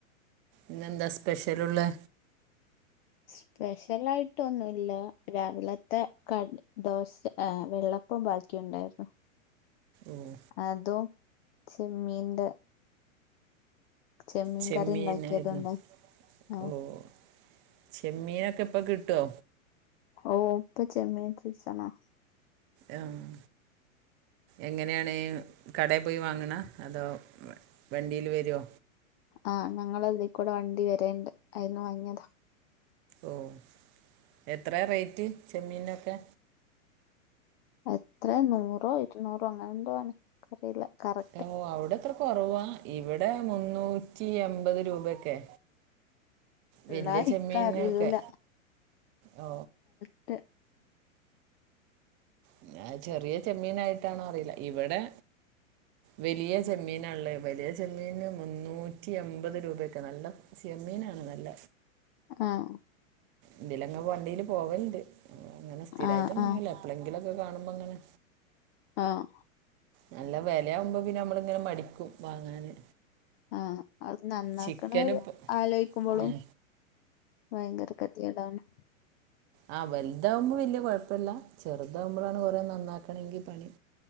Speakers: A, on the right; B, on the left.
A: ഇന്നെന്താ സ്പെഷ്യലുള്ളെ?
B: സ്പെഷ്യലായിട്ടൊന്നൂല്ല. രാവിലത്തെ ക ദോശ ആ വെള്ളപ്പം ബാക്കിയുണ്ടായിരുന്നു.
A: ഓഹ്
B: അതും ചെമ്മീന്റെ. ചെമ്മീൻ
A: ചെമ്മീനായിരുന്ന്
B: കറി ഉണ്ടാക്കിയതുണ്ട് ആഹ്
A: ഓഹ് ചെമ്മീനൊക്കെ ഇപ്പൊ കിട്ടോ?
B: ഓഹ് ഇപ്പൊ ചെമ്മീൻ സീസണാ
A: ആഹ് എങ്ങനെയാണ്? കടേ പോയി വാങ്ങണ അതോ വണ്ടിയിൽ വരോ?
B: ആഹ് ഞങ്ങളെ ഇതീക്കൂടെ വണ്ടി വരണ്ട് ആയീന്ന് വാങ്ങിയതാ.
A: ഓഹ് എത്രയാറേറ്റ് ചെമ്മീനൊക്കെ?
B: എത്രയാ നൂറോ ഇരുനൂറോ അങ്ങനെ എന്തോ ആണ് എൻക്കറിയില്ല കറക്.
A: ഓ അവിടെ എത്ര കുറവാ ഇവിടെ മുന്നൂറ്റി എൺമ്പത് രൂപ ഒക്കെ. വല്ല്യ
B: എന്നാ എനിക്കറിയൂല
A: ചെമ്മീനൊക്കെ ഓ.
B: റ്റ്.
A: ഇനിയത് ചെറിയ ചെമ്മീനായിട്ടാണോ അറിയില്ല ഇവിടെ. വെലിയ ചെമ്മീനാള്ളെ വലിയ ചെമ്മീന് മുന്നൂറ്റി എമ്പത് രൂപേക്കെ നല്ല ചെമ്മീനാണ് നല്ല.
B: ആഹ്
A: ഇതിലങ്ങന വണ്ടീൽ പോവലിണ്ട് അങ്ങനെ സ്ഥിരായിട്ടൊന്നും
B: ആഹ് ആഹ്
A: വാങ്ങൂല്ല എപ്പളെങ്കിലൊക്കെ കാണുമ്പോ ഇങ്ങനെ.
B: ആഹ്.
A: നല്ല വെലയാവുമ്പോ പിന്നെ നമ്മള് ങ്ങനെ മടിക്കും വാങ്ങാന്.
B: ആഹ് അത് നന്നാക്കണത്
A: ചിക്കന് ഇപ്പ
B: ആലോയ്ക്കുമ്പളും
A: ഉം
B: ഭയങ്കര കെ. ട്യളാണ്
A: ആഹ് വലുതാവുമ്പം വല്ല്യ കൊഴപ്പില്ല. ചെറുതാവുമ്പോളാണ് കുറെ നന്നാക്കണെങ്കിൽ പണി.